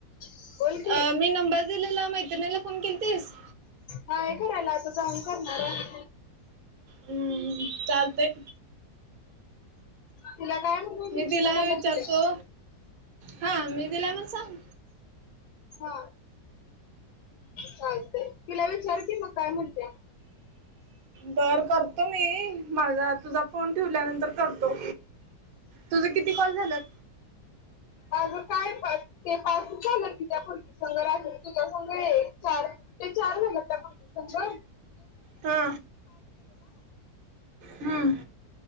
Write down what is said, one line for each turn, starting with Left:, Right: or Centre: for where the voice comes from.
Left: बोल की
Right: अ मी नंबर दिलेला मैत्रिणीला फोन केलतीस.
Left: नाय करायला आता जाऊन करणार हाय.
Right: हूं... चालतंय.
Left: तिला काय म्हणू. दीक्षिला
Right: मी दिला
Left: नंबर
Right: विचारतो,
Left: दिला
Right: हा मी दिला म्हणून सांग.
Left: हा. चालतंय, तिला विचार की मग काय म्हणत्या.
Right: बर करतो मी, माझा तुझा फोन ठिवल्यानंतर करतो, तुझं किती कॉल झाल्यात?
Left: माझं काय पा ते पाच झाल्यात, त्या पोरगीसंग रात्री तुझा संग एक चार. तुझे चार झाल्यात त्या पोरगीसंग?
Right: हा... हुं...